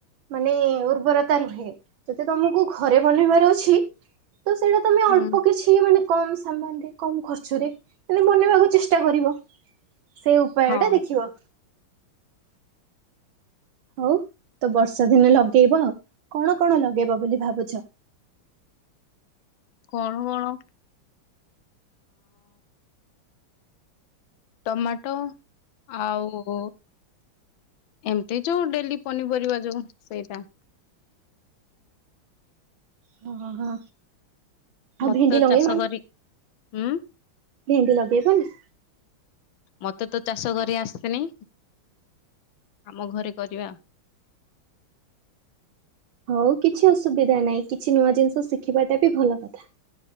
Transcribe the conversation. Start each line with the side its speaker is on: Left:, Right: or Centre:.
Right: ମାନେ ଉର୍ବରତା ରୁହେ। ଯଦି ତମୁକୁ ଘରେ ବନେଇବାର ଅଛି ତ ସେଇଟା ତମେ ଅଳ୍ପ
Left: ହୁଁ
Right: କିଛି ମାନେ କମ ସାମାନ ରେ କମ ଖର୍ଚରେ ମାନେ ବନେଇବାକୁ ଚେଷ୍ଟା କରିବ। ସେ ଉପାୟଟା
Left: ହଁ
Right: ଦେଖିବ। ହଉ ତ ବର୍ଷା ଦିନେ ଲଗେଇବ କଣ କଣ ଲଗେଇବ ବୋଲି ଭାବୁଚ?
Left: କଣ ଆଁ ଟମାଟୋ ଆଉ ଏମିତି ଯୋଉ ଡେଲି ପନିପରିବା ଯୋଉ ସେଇଟା।
Right: ହଁ ହଁ ହଁ। ଆଉ
Left: ମତେ
Right: ଭେଣ୍ଡି
Left: ତ
Right: ଲଗେଇବି
Left: ଚାଷ କରି ହୁଁ
Right: ଭେଣ୍ଡି ଲଗେଇବନି?
Left: ମତେ ତ ଚାଷ କରି ଆସିନି। ଆମ ଘରେ କରିବା।
Right: ହଉ କିଛି ଅସୁବିଧା ନାହିଁ କିଛି ନୂଆ ଜିନିଷ ଶିଖିବାଟା ବି ଭଲ କଥା।